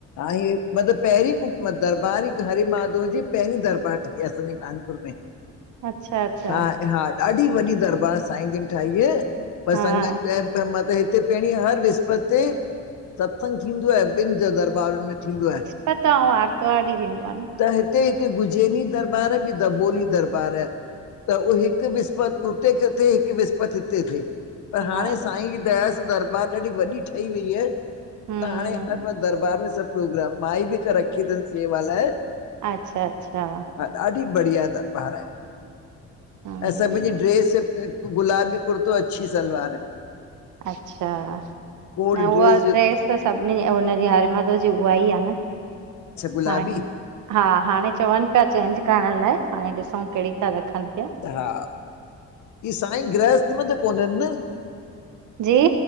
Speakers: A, on the left; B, on the right.
A: आहे मतिलबु पहिरीं कु दरबार हरि माधव जी पहिरीं दरबार ठही आ असांजे कानपुर में।
B: अच्छा अच्छा
A: हा हा ॾाढी वॾी दरबार साईं जिन ठाई है। पर
B: हा
A: संगत मत हिते पहिणी हर विस्पति ते सत्संग थींदो आ। ॿिनि जॻह दरबारनु में थींदो आहे।
B: पता आउं आर्तवार ॾीं थींदो। आहे न
A: त हिते हिकु गुजैनी दरबार आ बि दबोली दरबार आह। त उह हिकु विसपति हुते क थिए हिकु विसपति हिते थिए। पर हाणे
B: हा
A: साईं जी दया सां दरबार ॾाढी वॾी ठही वई आ। त
B: हम्म
A: हाणे
B: हम्म
A: हर बार दरबार में सभु प्रोग्राम, माई बि हिकु रखी तनि सेवा लाए।
B: अच्छा अच्छा
A: हा ॾाढी बढ़िया दरबार आहे,
B: हम्म
A: ऐं सभिन जी ड्रेस त गुलाबी कुर्तो अच्छी सलवार
B: अच्छा
A: कोड
B: न उवा
A: अच्छा
B: ड्रेस त सभिनीनि जी अ हुनजी हरे मादव जी उहा ई आ न
A: गुलाबी
B: हाणे। हा हाणे चवनि पिया चेंज करणु लाइ, हाणे ॾिसूं कहिड़ी ता रखनि। पिया
A: हा ई साईं गृहस्थ में त कोननि न?
B: जी